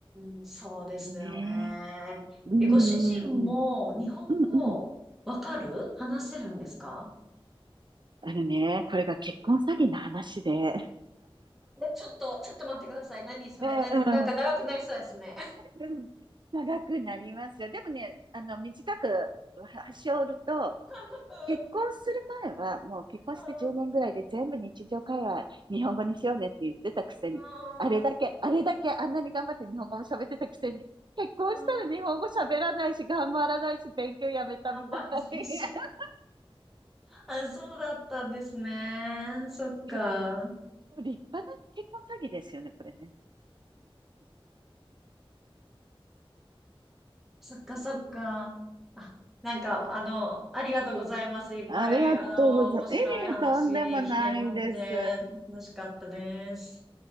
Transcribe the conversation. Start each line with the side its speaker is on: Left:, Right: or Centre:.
Centre: ーん、そうですよね。
Right: ねえ。うんうんうん。
Centre: え、ご主人も日本語わかる話せるんですか
Right: うんうん。あのね、これが結婚詐欺の話で。
Centre: えちょっと、ちょっと待ってください。何それ、
Right: <laughs> うん
Centre: な、なんか長くなりそうですね。
Right: うん。<laughs> 長くなりますよ。でもね、あの、短くはし折ると、
Centre: <laughs> う
Right: 結婚する前は、もう結婚して10年ぐらいで全部日常会話日本語にしようねって言ってたくせに、
Centre: んう
Right: あれだけ、
Centre: ん
Right: あれだけあんなに頑張って日本語も喋ってたくせに、結婚したら日本語喋らないし、
Centre: うんうん
Right: 頑張らないし、勉強やめたみたい。
Centre: 頑張れ、
Right: <laughs>
Centre: 先生。あ、そうだったんですね。そっか。
Right: 結構立派な結婚詐欺ですよね、これね。
Centre: そっかそっか。あ、なんか、あの、ありがとうございます。いっぱい、
Right: ありがとうございます。
Centre: あの、面白い話聞けまして、
Right: いえいとんでもないです。
Centre: 楽しかったです。